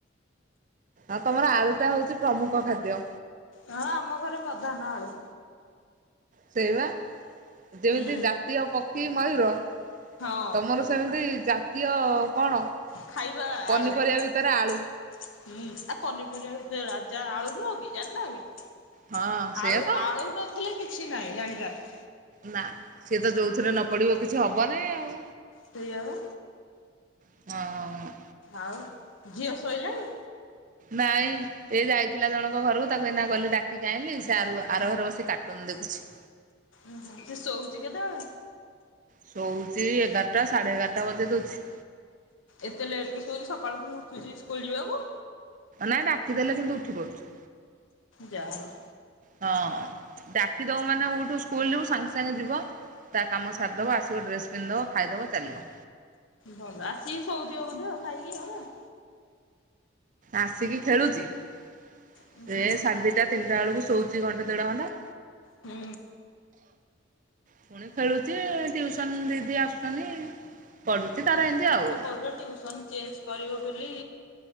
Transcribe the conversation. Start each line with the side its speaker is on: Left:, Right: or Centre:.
Right: ଆଉ ତମର ଆଳୁ ଟା ହୋଉଚି ପ୍ରମୁଖ ଖାଦ୍ୟ।
Left: ହଁ ଆମ ଘରେ ପ୍ରଧାନ ଆଳୁ।
Right: ସେଇବା ଯେମିତି
Left: ହୁଁ
Right: ଜାତୀୟ ପକ୍ଷୀ ମୟୁର
Left: ହଁ
Right: ତମର ସେମିତି ଜାତୀୟ କଣ
Left: ଖାଇବା
Right: ପନିପରିବା
Left: ଆଳୁ
Right: ଭିତରେ ଆଳୁ
Left: ହୁଁ ଆ ପନିପରିବା ଭିତରେ ରାଜା ଆଳୁ ନୁହଁ କି ଜାଣିନ କି
Right: ହଁ ସେଇଆ
Left: ଆଳୁ
Right: ତ ଆଉ
Left: ଆଳୁ ନଥିଲେ କିଛି ନାହିଁ ଜାଣିଯାଥା।
Right: ନାଁ ସିଏ ତ ଯୋଉଥିରେ ନ ପଡିବ କିଛି ହବନାଇଁ ଆଉ।
Left: ସେଇୟାପା।
Right: ହଁ।
Left: ଆଉ ଝିଅ ଶୋଇଲାଣି?
Right: ନାଇଁ। ଏ ଯାଇଥିଲା ଜଣଙ୍କ ଘରକୁ ତାକୁ ଏଇନା ଗଲି ଡାକି କି ଆଇଁଲି। ସେ ଆରୁ ଆର ଘରେ ବସି କାର୍ଟୁନ ଦେଖୁଚି।
Left: ଉଁ ହୁଁ ସେ ଶୋଉଚି କେତେବେଳେ?
Right: ଶୋଉଚି ଏଗାରଟା ସାଢେ ଏଗାରଟା ବଜେଇ ଦୋଉଚି।
Left: ଏତେ ଲେଟ୍ ରେ ଶୋଉଚି ସକାଳୁ ଫୁଣି ଉଠୁଚି ସ୍କୁଲ ଯିବାକୁ।
Right: ନାଇଁ ଡାକିଦେଲେ ସେ କିନ୍ତୁ ଉଠି ପଡୁଚି।
Left: ଯାହା ହୋଉ।
Right: ହଁ ଡାକିଦୋବୁ ମାନେ ଉଠୁ ସ୍କୁଲ ଯିବୁ ସାଙ୍ଗେ ସାଙ୍ଗେ ଯିବ। ତା କାମ ସାରିଦବ ଆସିବ ଡ୍ରେସ ପିନ୍ଧଦବ ଖାଇଦବ ଚାଲିବ।
Left: ଭଲ ଆସିକି ଶୋଉଥିବ ବୋଧେ ଖାଇକି ଆଉ ନା।
Right: ଆସିକି ଖେଳୁଚି ସେ
Left: ହୁଁ
Right: ସାଢେ ଦିଇଟା ତିନିଟା ବେଳକୁ ଶୋଉଚି ଘଣ୍ଟେ ଦେଢ ଘଣ୍ଟା।
Left: ହୁଁ।
Right: ଫୁଣି ଖେଳୁଚି ଏ ଟିଉସନ ଦିଦି ଆସୁଚନ୍ତି ପଢୁଚି ତାର ଏମିତି ଆଉ।
Left: <unintelligible> ଅବିକା ଟିଉସନ୍ ଚେଞ୍ଜ କରିବ ବୋଲି